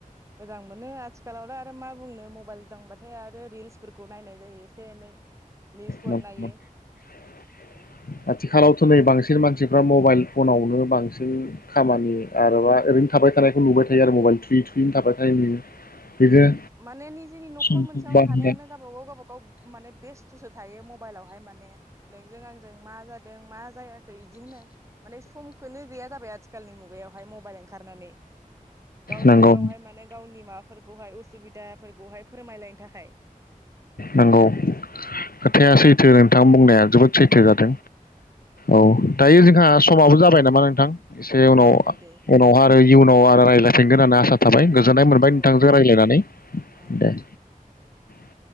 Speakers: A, on the right (about 20°); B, on the left (about 85°).
A: मोजां मोनो आथिखालावलाय आरो मा बुंनो मबाइल दां बाथाय आरो रिल्सफोरखौ नायनाय जायो एसे एनै निउसफोर
B: नंगौ
A: नायो
B: नंगौ। आथिखालावथ' नै बांसिन मानसिफ्रा मबाइल फनावनो बांसिन खामानि आरोबा ओरैनो थाबाय थानायखौ नुबाय थायो आरो मबाइल थुयै थुयैनो थाबाय थानाय नुयो। बिदिनो
A: माने निजेनि न'खर
B: समखौ
A: मोनसेयावनो
B: बारहोनाय
A: थानायानो गावबा गाव गावबागाव माने बेस्थ'सो थायो मबाइलावहाय माने नोंजों आंजों मा जादों मा खै इदि होनो माने समखोनो गैया जाबाय आ थिखालनि मुगायावहाय मोबाइल ओंखारनानै गावजों
B: नंगौ
A: गावहाय माने गावनि माबाफोरखौहाय उ सुबिदाफोरखौहाय फोरमायलायनो थाखाय।
B: नंगौ खोथाया सैथो नोंथां बुंनाया जोबोद सैथो जादों। औ दायो जोंहा समाबो जाबाय नामा नोंथां? एसे उनाव
A: औ औ दे
B: उनावहा आरो इयुनाव आरो रायज्लायफिनगोन होननानै आसा थाबाय गोजोननाय मोनबाय
A: औ
B: नोंथांजों रायज्लायनानै
A: ओ
B: दे।
A: ओ
B: <inaudible>